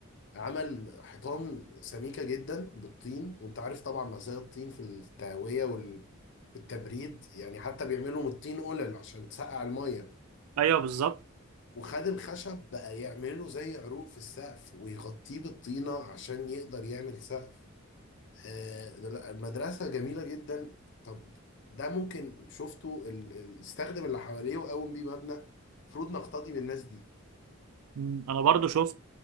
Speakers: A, on the left (about 55°); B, on the right (about 80°).
A: عمل حيطان سميكة جدا بالطين وانت عارف طبعا مزايا الطين في التهوية والتبريد يعني حتى بيعملوا من الطين قلل عشان تسقع المية
B: ايوه بالظبط
A: وخد الخشب بقى يعمله زي عروق في السقف ويغطيه بالطينة عشان يقدر يعمل سقف آه، لا، المدرسة جميلة جدا طب ده ممكن شفته ال- ال- استخدم اللي حواليه وقوم بيه مبنى المفروض نقتدي بالناس دي
B: مم. انا برضو شفت